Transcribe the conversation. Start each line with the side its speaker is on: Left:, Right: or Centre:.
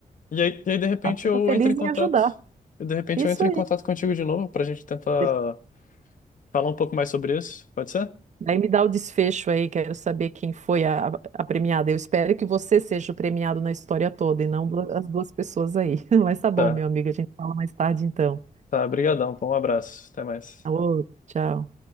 Left: E aí, e aí, de repente,
Right: Ah, Fico
Left: eu
Right: feliz
Left: entro em contato,
Right: em ajudar.
Left: e de repente
Right: Isso
Left: eu entro
Right: aí.
Left: em contato contigo de novo, pra gente tentar
Right: De-
Left: falar um pouco mais sobre isso, pode ser?
Right: Daí me dá o desfecho aí, quero saber quem foi a, a premiada. Eu espero que você seja o premiado na história toda e não du- as duas pessoas aí. <laughs> Mas tá bom,
Left: Tá,
Right: meu amigo, a gente fala mais tarde então.
Left: tá, brigadão, pô, um abraço, até mais.
Right: Alô, tchau.